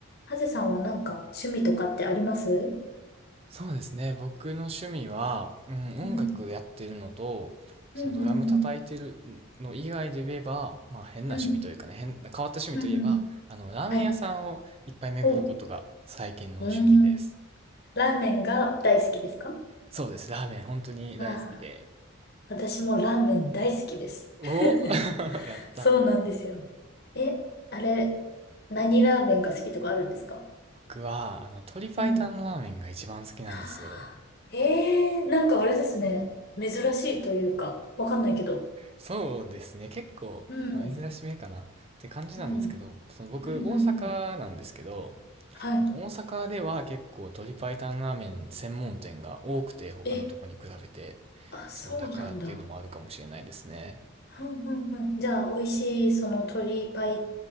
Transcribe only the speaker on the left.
ハゼさんはなんか趣味とかってあります
うん。
うんうんうん。
うん。
うんうん。
はい。おう。ーん。ラーメンが大好きですか
ああ。私もラーメン大好きです。
<laughs>
そうなんですよ。え、あれ、何ラーメンが好きとかあるんですか
うん。はあえー、なんかあれですね。珍しいというか、わかんないけど。
うん。
うん。
うんうんうん。
はい。
え、あ、そうなんだ。
うんうんうんじゃあ、美味しい、その鶏白湯